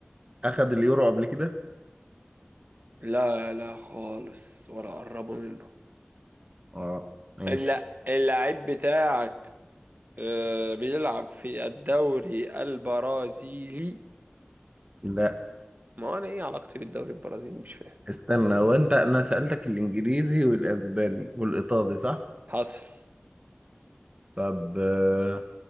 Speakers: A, on the right; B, on the right.
A: أخد اليورو قبل كده؟
B: لا لا خالص ولا قربوا منه
A: اه ماشي
B: لا اللاعب بتاعك آه، بيلعب في الدوري البرازيلي
A: لا
B: ما هو انا ايه علاقتي بالدوري البرازيلي مش فاهم
A: استنى هو انت انا سألتك الانجليزي والاسباني والايطالي صح؟
B: حصل
A: طب آه،